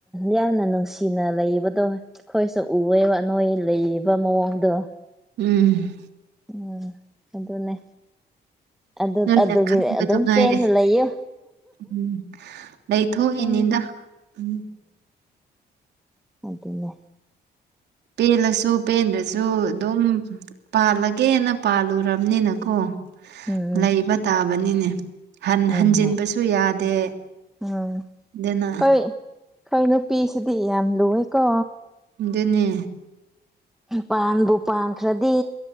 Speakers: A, in the centre; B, on the right.
A: ꯌꯥꯝꯅ ꯅꯨꯡꯁꯤꯅ ꯂꯩꯕꯗꯣ ꯑꯩꯈꯣꯏꯁꯨ ꯎꯑꯦꯕ ꯅꯣꯏ ꯂꯩꯔꯤꯕ ꯃꯑꯣꯡꯗꯣ
B: ꯎꯝ
A: ꯎꯝ ꯑꯗꯨꯅꯦ ꯑꯗꯨ
B: ꯅꯪꯅ
A: ꯑꯗꯨꯒꯤ
B: ꯈꯪꯕꯗꯨ
A: ꯑꯗꯨꯝ
B: ꯉꯥꯏꯔꯦ
A: ꯄꯦꯟꯅ ꯂꯩꯌꯨ
B: ꯎꯝ ꯂꯩꯊꯣꯛꯏꯅꯤꯗ
A: ꯎꯝ
B: ꯎꯝ
A: ꯑꯗꯨꯅꯦ
B: ꯄꯦꯜꯂꯁꯨ ꯄꯦꯟꯗ꯭ꯔꯁꯨ ꯑꯗꯨꯝ ꯄꯥꯜꯂꯒꯦꯅ ꯄꯥꯜꯂꯨꯔꯕꯅꯤꯅꯀꯣ
A: ꯎꯝ
B: ꯂꯩꯕ ꯇꯥꯕꯅꯤꯅꯦ ꯍꯟ
A: ꯍꯣꯏꯅꯦ
B: ꯍꯟꯖꯤꯟꯕꯁꯨ ꯌꯥꯗꯦ
A: ꯎꯝ
B: ꯑꯗꯨꯅ
A: ꯈꯣꯏ ꯈꯣꯏ ꯅꯨꯄꯤꯁꯤꯗꯤ ꯌꯥꯝ ꯂꯨꯋꯦꯀꯣ
B: ꯑꯗꯨꯅꯦ
A: ꯄꯥꯟꯕꯨ ꯄꯥꯟꯈ꯭ꯔꯗꯤ